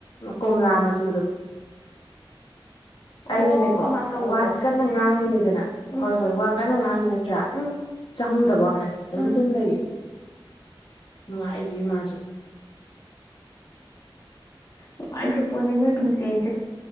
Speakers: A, on the left; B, on the left.
A: ꯀꯣꯝꯂꯥ ꯃꯆꯨꯗꯣ ꯑꯩꯅꯅꯦꯀꯣ
B: ꯑꯣ ꯑꯃ ꯑꯆꯧꯕꯗꯣ
A: ꯋꯥꯁꯦ ꯀꯟꯅ ꯉꯥꯡꯉꯤꯅꯦꯗꯅ
B: ꯎꯝ
A: ꯍꯣꯏ ꯍꯣꯏ ꯋꯥ ꯀꯟꯅ ꯉꯥꯡꯉꯤ ꯅꯠꯇ꯭ꯔꯥ
B: ꯎꯝ
A: ꯆꯪꯗꯕ ꯋꯥꯅꯦ ꯑꯗꯨꯝ
B: ꯎꯝ
A: ꯇꯨꯝ ꯂꯩꯌꯦ ꯅꯨꯡꯉꯥꯏꯔꯤꯌꯦ ꯃꯥꯁꯨ
B: ꯅꯨꯉꯥꯏꯈ꯭ꯔ ꯄꯣꯠꯅꯤ ꯃꯣꯏ ꯄꯨꯟꯁꯤꯁꯦ